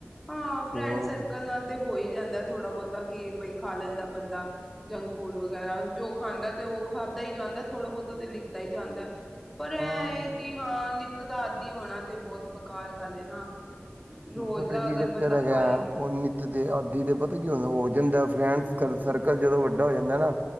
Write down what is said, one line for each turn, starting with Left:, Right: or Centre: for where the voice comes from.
Centre: ਹਾਂ ਫਰੈਂਡ
Right: ਤੇ ਉਹ
Centre: ਸਰਕਲ ਨਾਲ ਤੇ ਹੋ ਈ ਜਾਂਦਾ ਥੋੜ੍ਹਾ ਬੋਤਾ, ਕਿ ਬਈ ਖਾ ਲੈਂਦਾ ਬੰਦਾ। ਜੰਕ ਫੂਡ ਵਗੈਰਾ, ਜੋ ਖਾਂਦਾ ਤੇ ਓ ਖਾਧਾ ਈ ਜਾਂਦਾ, ਥੋੜਾ ਬੋਤਾ ਤੇ ਲਿੱਤਾ ਈ ਜਾਂਦਾ। ਪਰ ਐ
Right: ਹਾਂ
Centre: ਏ ਕਿ ਹਾਂ ਨਿੱਤ ਦਾ ਆਦਿ ਹੋਣਾ ਤੇ ਬੋਤ ਬੇਕਾਰ ਗੱਲ ਏ ਨਾ। ਰੋਜ਼
Right: ਪਤਾ
Centre: ਦਾ
Right: ਕੀ
Centre: ਅਗਰ
Right: ਚੱਕਰ
Centre: ਬੰਦਾ
Right: ਹੈਗਾ
Centre: ਖਾਏ
Right: ਓ ਨੀ ਨਿੱਤ ਦੇ ਆਦਿ ਦੇ ਪਤਾ ਕੀ ਹੁੰਦਾ, ਹੋ ਜਾਂਦਾ ਫਰੈਂਡਸ ਸਰਕਲ ਜਦੋਂ ਵੱਡਾ ਹੋ ਜਾਂਦਾ ਨਾ,